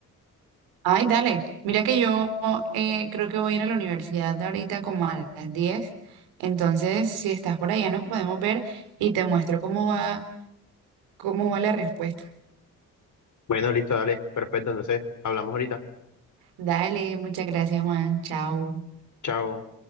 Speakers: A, on the right; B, on the left.
A: Ay, dale. Mira que yo eh, creo que voy a ir a la universidad ahorita como a las 10. Entonces, si estás por allá, nos podemos ver y te muestro cómo va, cómo va la respuesta.
B: Bueno, listo, dale, perfecto, entonces hablamos ahorita.
A: Dale, muchas gracias, Juan. Chao.
B: Chao.